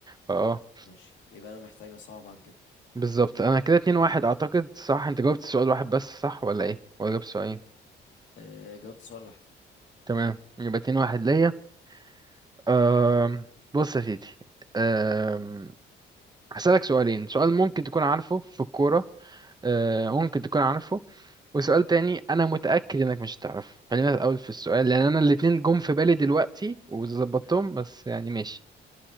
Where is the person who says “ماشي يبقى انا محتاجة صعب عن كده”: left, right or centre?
Left